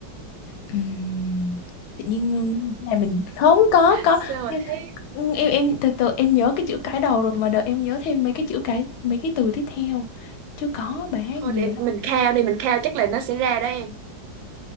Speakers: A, on the left (about 85°); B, on the right (about 80°).
A: Ừm, tự nhiên ừm, này mình không có có
B: sao mà
A: nhưng
B: thế
A: ừm, em em từ từ em nhớ cái chữ cái đầu rồi mà đợi em nhớ thêm mấy cái chữ cái mấy cái từ tiếp theo chứ có bài hát
B: thôi
A: nhiều
B: để
A: lắm
B: mình khao đi mình khao chắc là nó sẽ ra đó em